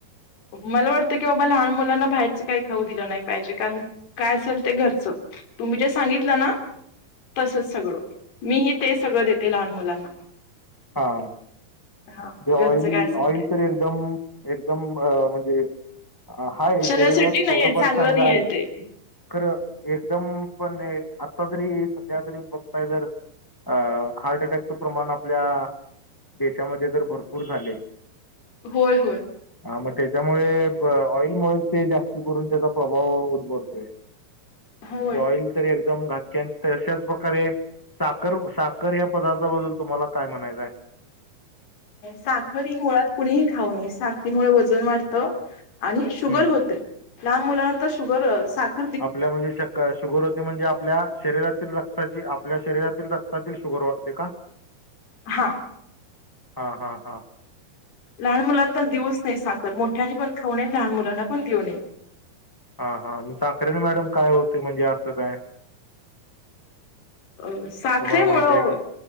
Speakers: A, on the left; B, on the left.
A: मला वाटतं की बाबा लहान मुलांना बाहेरचं काही खाऊ दिलं नाही पाहिजे कारण काय असेल ते घरचं तुम्ही जे सांगितलं ना तसच सगळं मीही ते सगळं देते लहान मुलांना
B: हां
A: हां,
B: ते ऑइल
A: घरचं काय असेल
B: ऑइल
A: ते.
B: तर एकदम एकदम अ म्हणजे हाय
A: शरीरासाठी
B: शरीरात
A: नाहीये
B: थोडंफार चांगलं
A: नाहीये
B: आहे
A: ते.
B: खरं एकदम पण हे आता जरी सध्या तरी बघताय जर अ हार्ट अटॅकचं प्रमाण आपल्या देशामध्ये तर भरपूर झाले
A: होय होय
B: हा मग त्याच्यामुळे ऑइलमुळेच ते जास्त करून त्याचा प्रभाव उद्भवतोय
A: होय.
B: म्हणजे ऑइल तरी एकदम घात तशाच प्रकारे साखर साखर या पदार्थाबद्दल तुम्हाला काय म्हणायचंय
A: साखर ही मुळात कुणीही खाऊ नये साखरे मुळे वजन वाढत आणि शुगर
B: हम्म.
A: होते लहान मुलांना तर शुगर साख
B: आपल्या म्हणजे शक शुगर होते म्हणजे आपल्या शरीरात रक्ताची आपल्या शरीरातील रक्तात शुगर वाढते का
A: हां
B: हा हा हा
A: लहान मुलांना देऊच नाही साखर मोठ्याने पण खाऊ नय लहान मुलांना पण देऊ नये
B: हा हा मग साखरेने मॅडम काय होते म्हणजे असं काय
A: अ साखरेमुळं
B: तुम्हाला माहिती आहे का